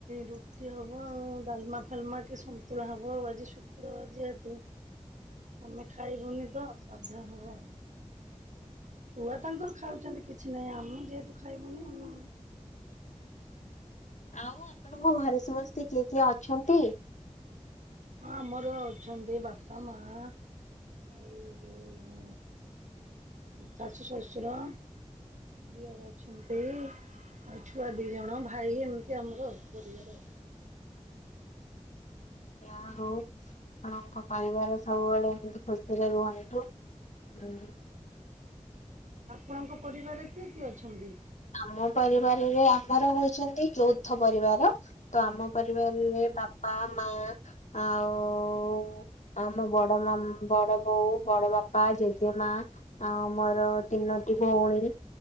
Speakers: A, on the right; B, on the left.
A: ରୁଟି ହବ ଆଉ। ଡାଲମା ଫାଲମା କି ସନ୍ତୁଳା ହବ ଆଉ ଆଜି ଶୁକ୍ରବାର ଯେହେତୁ। ଆମେ ଖାଇବୁନି ତ ସାଧା ହବ ଆଉ। ଛୁଆ ତାଙ୍କର ଖାଉଛଚନ୍ତି କିଛି ନାହିଁ ଆମେ ଯେହେତୁ ଖାଇବୁନି ଆମ
B: ଆଉ ଆପଣଙ୍କ ଘରେ ସମସ୍ତେ କିଏ କିଏ ଅଛନ୍ତି?
A: ହଁ ଆମର ଅଛନ୍ତି ବାପା ମା। ଏଇ ଯୋଉ ଶାଶୁ ଶ୍ୱଶୁର। ଦିଅର ଅଛନ୍ତି। ଆଉ ଛୁଆ ଦି ଜଣ ଭାଇ ଏମିତି ଆମର ପରିବାର।
B: ଯାହା ହଉ ଆପଣଙ୍କ ପରିବାର ସବୁବେଳେ ଏମିତି ଖୁସିରେ ରୁହନ୍ତୁ। ହୁଁ।
A: ଆପଣଙ୍କ ପରିବାରରେ କିଏ କିଏ ଅଛନ୍ତି?
B: ଆମ ପରିବାରରେ ଆମର ହଉଚନ୍ତି ଯୌଥ ପରିବାର, ତ ଆମ ପରିବାରରେ ବାପା ମା ଆଉ ଆମ ବଡ ମାମା ବଡ ବୋଉ ବଡ ବାପା ଜେଜେମା ଆଉ ମୋର ତିନୋ ଦୁଇଟି ଭଉଣୀ